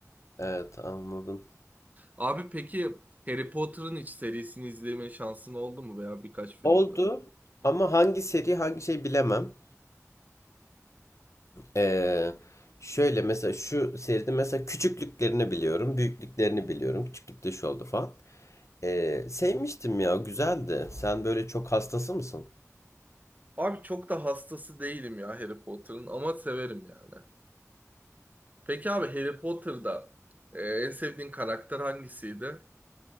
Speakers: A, on the left (about 65°); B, on the right (about 30°).
A: Evet anladım.
B: Abi peki Harry Potter'ın hiç serisini izleme şansın oldu mu veya birkaç filmini?
A: Oldu ama hangi seri hangi şey bilemem. Ee, şöyle mesela şu seride mesela küçüklüklerini biliyorum, büyüklüklerini biliyorum. Küçüklükte şu oldu falan. Ee, sevmiştim ya güzeldi. Sen böyle çok hastası mısın?
B: Abi çok da hastası değilim ya Harry Potter'ın ama severim yani. Peki abi Harry Potter'da e, en sevdiğin karakter hangisiydi?